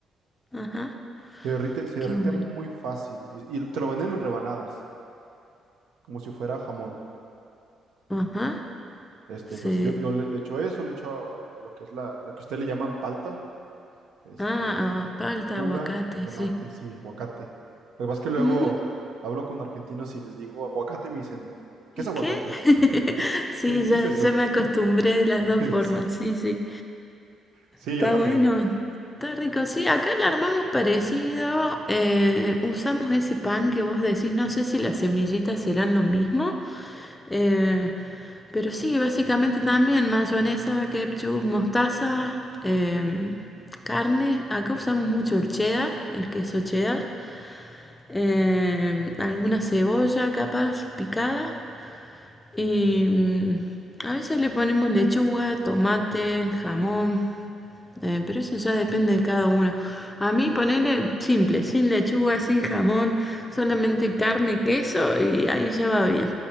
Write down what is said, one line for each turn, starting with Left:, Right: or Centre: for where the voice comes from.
Left: Ajá.
Right: Se derrite, se
Left: Qué
Right: derrite
Left: bueno.
Right: muy fácil. Y, y te lo venden en rebanadas, como si fuera jamón.
Left: Ajá.
Right: Este,
Left: Sí.
Right: entonces yo, yo le, le echo eso, le echo ah, lo que es la, la que ustedes le llaman palta, este,
Left: Ah, ah, palta,
Right: lechuga,
Left: aguacate,
Right: tomate,
Left: sí.
Right: sí, aguacate. Lo que pasa es que luego
Left: Ujú,
Right: hablo con argentinos y les digo aguacate y me dicen, ¿qué es aguacate?
Left: ¿Qué? <laughs>
Right: <laughs>
Left: Sí,
Right: ¿Qué,
Left: ya,
Right: qué es eso?
Left: ya me
Right: <laughs>
Left: acostumbré de las dos formas.
Right: Sí.
Left: Sí, sí.
Right: Sí,
Left: Está
Right: yo también.
Left: bueno, está rico. Sí, acá la armamos parecido. eh, usamos ese pan que vos decís, no sé si las semillitas serán lo mismo. eh, pero sí, básicamente también mayonesa, ketchup, mostaza, em, carne. Acá usamos mucho el cheddar, el queso cheddar. em, alguna cebolla capaz picada. Y mm, a veces le ponemos lechuga, tomate, jamón, eh, pero eso ya depende de cada uno. A mí ponerle simple, sin lechuga, sin jamón, solamente carne, queso y ahí ya va bien.